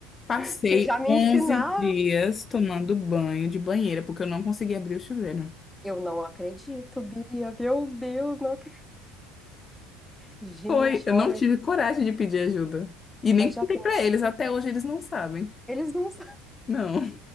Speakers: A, on the left; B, in the centre.
A: Passei
B: Porque já me
A: 11
B: ensinaram.
A: dias tomando banho de banheira, porque eu não consegui abrir o chuveiro.
B: Eu não acredito, Bia. Meu Deus, não acredito. Gente,
A: Foi, eu
B: olha,
A: não tive coragem de pedir ajuda. E
B: mas
A: nem contei
B: já pensou?
A: pra eles, até hoje eles não sabem.
B: Eles não sabem.
A: Não.